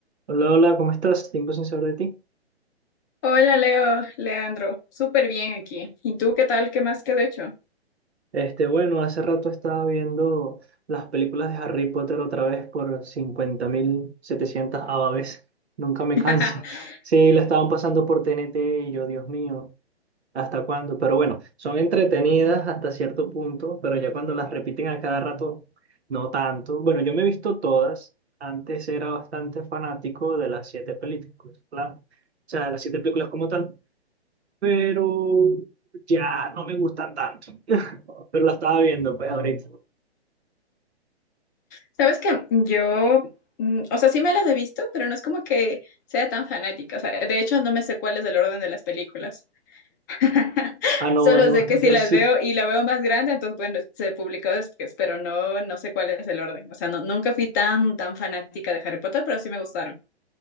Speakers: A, on the right (about 75°); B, on the left (about 20°).
A: Hola, hola, ¿cómo estás? Tiempo sin saber de ti.
B: Hola Leo, Leandro, súper bien aquí. ¿Y tú qué tal? ¿Qué más que de hecho?
A: Este, bueno, hace rato estaba viendo las películas de Harry Potter otra vez por 50.700 vez. Nunca me
B: <laughs>
A: canso. <laughs> Sí, la estaban pasando por T N T y yo, Dios mío, ¿hasta cuándo? Pero bueno, son entretenidas hasta cierto punto, pero ya cuando las repiten a cada rato, no tanto. Bueno, yo me he visto todas. Antes era bastante fanático de las siete películas, claro. O sea, de las siete películas como tal. pero ya no me gustan tanto. Pero la estaba viendo, pues ahorita.
B: Sabes que yo, mm, o sea, sí me las he visto, pero no es como que sea tan fanática. O sea, de hecho no me sé cuál es el orden de las películas. <laughs>
A: Ah, no,
B: Solo
A: ah, no,
B: sé que
A: yo
B: si las
A: sí.
B: veo y la veo más grande, entonces bueno, se publicó después, pero no, no sé cuál es el orden. O sea, no- nunca fui tan, tan fanática de Harry Potter, pero sí me gustaron.